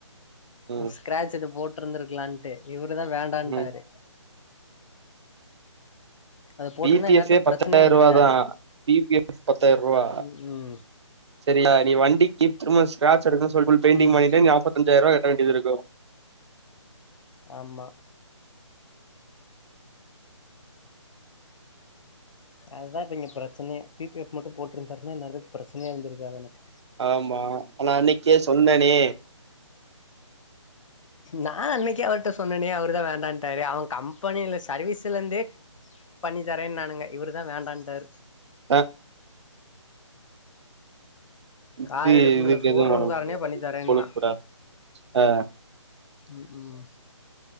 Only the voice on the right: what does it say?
ம்
ம்
பி பி
எஃபே பத்தாயரூவாதா
பி பி எஃப் பத்தாயிரூவா
சரியா நீ வண்டிக்கு சும்மாசு ஸ்க்ராட்ச் எடுக்கன் சொல் பெயி்ன்டிங்
பண்ணிட்டு நாப்பத்தஞ்சாயிரரூவா கட்டவேண்டியதிருக்கு
ஆமா நா அன்னைக்கே சொன்னனே
ஆ இது
இதுக்கு
எதுவு பண்ண முடியாது
இது
கொழுப்புதா ஆ